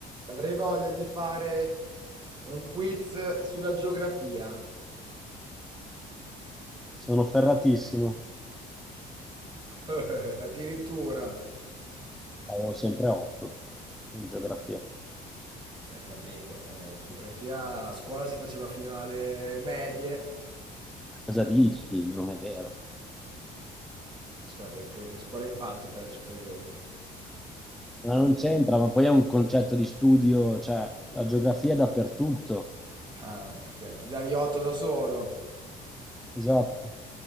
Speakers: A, on the right; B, in the centre.
A: Avrei voglia di fare un quiz sulla geografia.
B: Sono ferratissimo.
A: <laughs> Addirittura.
B: Avevo sempre 8 in geografia.
A: Sei a capito, eh, geografia a scuola si faceva fino alle medie.
B: Ma cosa dici? Ma non è vero.
A: A scuola, che, che- che scuola hai fatto te alle superiori?
B: Ma non c'entra, ma poi è un concetto di studio, cioè la geografia è dappertutto.
A: Ah, ok, ti davi 8 da solo.
B: Esatto.